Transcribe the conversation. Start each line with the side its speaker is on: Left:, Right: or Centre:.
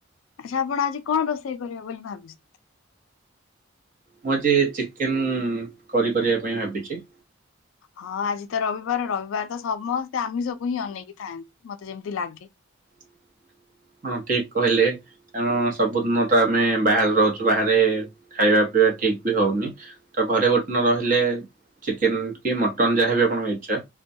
Left: ଆଚ୍ଛା ଆପଣ ଆଜି କଣ ରୋଷେଇ କରିବେ ବୋଲି ଭାବିଛନ୍ତି?
Right: ମୁଁ ଆଜି ଚିକେନ୍ କରି କରିବା ପାଇଁ ଭାବିଚି।
Left: ହଁ ଆଜି ତ ରବିବାର ରବିବାର ତ ସମସ୍ତେ ଆମିଷ କୁ ହିଁ ଅନେଇକି ଥାନ୍ତି, ମତେ ଯେମିତି ଲାଗେ।
Right: <inaudible> ହଁ ଠିକ କହିଲେ କାରଣ ସବୁଦିନ ତ ଆମେ ବାହାରେ ରହୁଚୁ, ବାହାରେ ଖାଇବା ପିବା ଠିକ ବି ହଉନି ତ ଘରେ ଗୋଟେ ଦିନ ରହିଲେ ଚିକେନ୍ କି ମଟନ୍ ଯାହାବି ଆପଣଙ୍କ ଇଚ୍ଛା